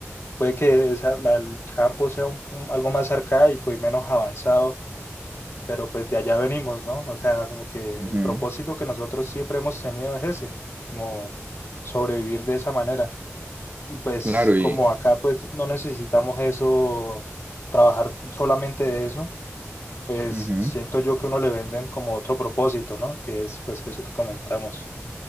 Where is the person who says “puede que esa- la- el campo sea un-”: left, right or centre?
Left